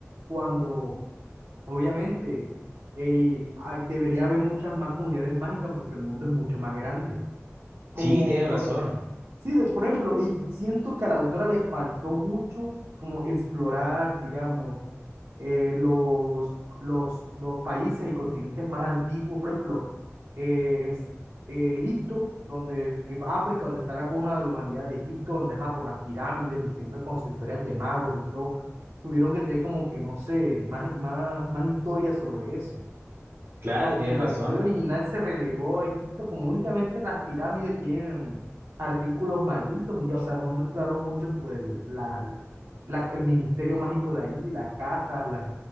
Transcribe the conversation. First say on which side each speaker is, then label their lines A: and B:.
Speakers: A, on the right; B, on the right.
A: cuando Obviamente, eh, hay- debería haber muchas más comunidades mágicas porque el mundo es mucho más grande. Como
B: Sí, tienes
A: por,
B: razón,
A: ej- sí, de- por ejemplo, y siento que a la autora le faltó mucho como explorar, digamos, eh, los, los, los países y continentes más antiguos, por ejemplo, eh, es- eh, Egipto, donde, eh, África, donde está la cuna de la humanidad de Egipto, donde ajá, por las pirámides y siempre con sus historias de magos y todo, tuvieron que tener como que, no sé, más, más, más historias sobre eso.
B: claro,
A: Cuando
B: tienes
A: en la
B: razón.
A: Claro. historia original se relegó a Egipto, como únicamente las pirámides tienen artículos malditos, y ya, o sea, no, no exploraron mucho sobre el- la, la- el ministerio mágico de allí, las casas, las,